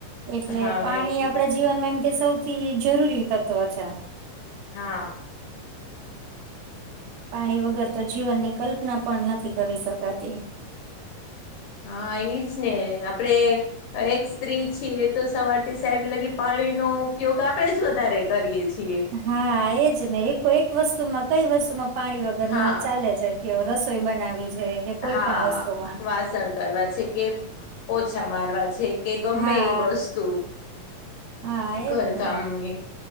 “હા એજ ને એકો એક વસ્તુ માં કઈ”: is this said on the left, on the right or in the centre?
Right